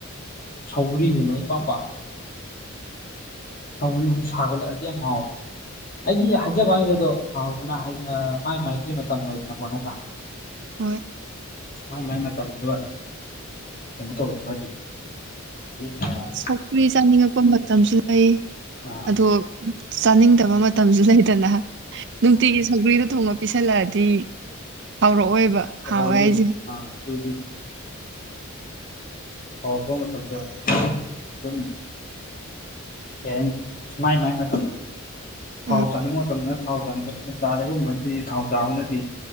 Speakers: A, on the left; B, on the right.
A: ꯁꯧꯒ꯭ꯔꯤꯒꯨꯝꯕꯅ ꯏꯄꯥꯝ ꯄꯥꯝꯃꯦ ꯊꯧꯈꯁꯨ ꯁꯥꯒꯠꯂꯛꯑꯗꯤ ꯌꯥꯝ ꯍꯥꯎꯦ ꯑꯩꯒꯤ ꯍꯥꯏꯖꯕ ꯍꯥꯏꯗꯗꯣ ꯍꯥꯎꯕꯅ ꯃꯥꯏ ꯃꯥꯏꯒꯤ ꯃꯇꯝ ꯂꯩꯅꯀꯣ ꯅꯠꯇ꯭ꯔꯥ
B: ꯍꯣꯏ
A: ꯃꯥꯏ ꯃꯥꯏ ꯃꯇꯝꯗꯨꯒ ꯀꯩꯅꯣ ꯇꯧꯖꯔꯗꯤ ꯎꯝ
B: ꯁꯧꯀ꯭ꯔꯤ ꯆꯥꯅꯤꯡꯉꯛꯄ ꯃꯇꯝꯁꯨ ꯂꯩ
A: ꯑ
B: ꯑꯣ ꯆꯥꯅꯤꯡꯗꯕ ꯃꯇꯝꯁꯨ ꯂꯩꯗꯅ ꯅꯨꯡꯇꯤꯒꯤ ꯁꯪꯒ꯭ꯔꯤꯗꯣ ꯊꯣꯉꯛꯄ ꯄꯤꯁꯜꯂꯛꯑꯗꯤ ꯍꯥꯎꯔꯛꯑꯣꯏꯕ
A: ꯑꯣꯣꯏ
B: ꯍꯥꯎꯋꯦ
A: ꯑꯗꯨ
B: ꯍꯥꯏꯁꯦ
A: ꯑꯗꯨ ꯍꯥꯎꯄ ꯃꯇꯝꯗ ꯑꯗꯨꯝ ꯀꯩ ꯍꯥꯏꯅꯤ ꯃꯥꯏ ꯃꯥꯏ ꯃꯇꯝꯗꯣ ꯊꯥꯎ
B: ꯎꯝ
A: ꯆꯥꯅꯤꯡꯕ ꯃꯇꯝꯗꯅ ꯊꯥꯎ ꯆꯥꯅꯤꯡꯕ ꯇꯥꯗꯒꯨꯝꯕꯅꯗꯤ ꯊꯥꯎ ꯆꯥꯕꯅꯗꯤ